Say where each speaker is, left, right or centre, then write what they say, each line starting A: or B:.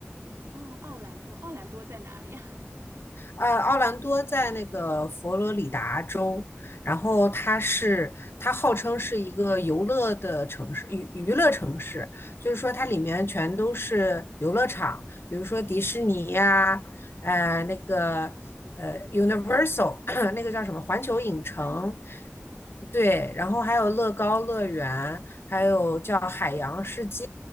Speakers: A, on the right (about 75°); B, on the left (about 55°).
A: 哦，奥兰多，奥兰多在哪里呀？
B: 呃，奥兰多在那个佛罗里达州，然后它是它号称是一个游乐的城市，娱娱乐城市，就是说它里面全都是游乐场，
A: <laughs>
B: 比如说迪士尼呀、呃那个呃 Universal <clears throat> 那个叫什么环球影城，
A: 环球影城是吧？
B: 对，然后还有乐高乐园，还有叫海洋世界，
A: 哦，